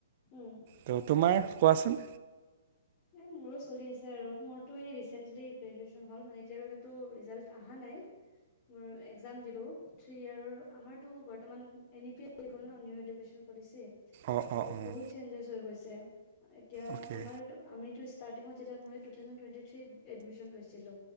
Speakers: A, on the left; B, on the right.
A: উম
B: ত তোমাৰ কোৱাচোন।
A: এ মোৰো চলি আছে আৰু মোৰতো এই ৰিচেন্টলি গ্ৰেজোয়েচন হল মানে এতিয়ালৈকেতো ৰিজাল্ট আহা নাই। মোৰ এক্সাম দিলো। থ্ৰী ইয়াৰৰ, আমাৰতো বৰ্তমান এন ই পি এি গ'ল ন নিউ এডুকেশ্যন পলিচি।
B: অঁ
A: ত'
B: অঁ অঁ
A: বহুত চেঞ্জেছ হৈ গৈছে। তেওঁ এতিয়া
B: অ'কে
A: আমাৰ আমিত ষ্টাৰ্টিত যেতিয়া মই ট থাউেণ্ডটুৱেণ্টি থ্ৰী এডমি্চন লৈছিলো।